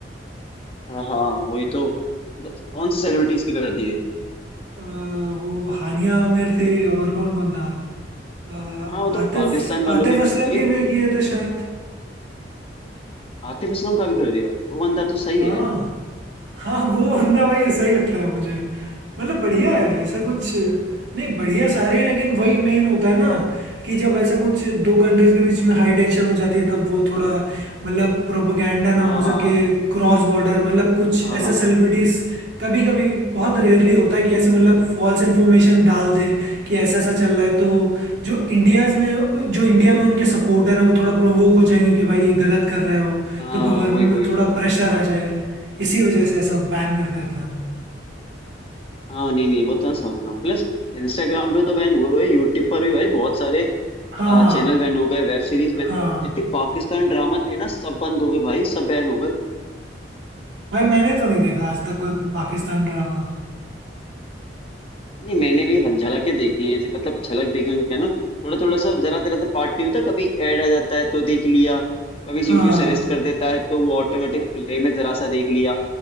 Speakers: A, on the left; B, on the right.
A: हाँ हाँ वही तो मतलब कौन से सेलिब्रिटीज के कर दिए
B: अ, वो हानिया आमिर थे और कौन कौन था अ,
A: हाँ वो तो
B: आतिफ
A: पाकिस्तान वालों
B: आतिफ
A: के कर
B: असलम
A: दिए
B: के भी किए थे शायद
A: आतिफ असलम का भी कर दिया भाई वो बंदा तो सही
B: हाँ
A: है
B: हाँ वो बंदा भाई सही लगता है मुझे मतलब बढ़िया है ऐसा कुछ नहीं बढ़िया सारे हैं लेकिन वही मेन होता है ना कि जब ऐसा कुछ दो कंट्रीज के बीच में हाई टेंशन हो जाती है तब वो थोड़ा मतलब प्रोपोगंडा ना
A: हाँ
B: हो सके
A: हाँ
B: क्रॉस बॉर्डर मतलब कुछ
A: हाँ
B: ऐसे
A: हाँ
B: सेलिब्रिटीज कभी कभी बहुत रेयरली होता है कि ऐसे मतलब फॉल्स इन्फॉर्मेशन डाल दें कि ऐसा ऐसा चल रहा है तो जो इंडियाज में जो इंडिया में उनके सपोर्टर हैं वो थोड़ा प्रोवोक हो जाएंगे कि भाई ये गलत कर रहे हो
A: हाँ
B: तो गवर्नमेंट
A: वही
B: में
A: वही
B: थोड़ा
A: वही
B: प्रेशर
A: वही
B: आ जाए इसी वजह से सब बैन कर देते हैं
A: हाँ नहीं नहीं वो तो मैं समझ रहा हूँ प्लस इंस्टाग्राम पे तो बैन हुए हुए यूट्यूब पर भी भाई बहुत सारे
B: हाँ
A: अ, चैनल बैन हो गए वेब सीरीज बैन
B: हाँ हाँ
A: जितने पाकिस्तान ड्रामा थे ना सब बंद हो गए भाई सब बैन हो गए
B: भाई मैंने तो नहीं देखा आज तक कोई पाकिस्तान ड्रामा
A: नहीं मैंने भी हं- झलकें देखी हैं ऐसे, मतलब झलक देखी है कहना थोड़ा थोड़ा सा जरा तेरा सा पार्ट नहीं होता कभी ऐड आ जाता है तो देख लिया कभी
B: हाँ
A: यूट्यूब सजेस्ट कर देता है तो वो ऑटोमेटिक प्ले में जरा सा देख लिया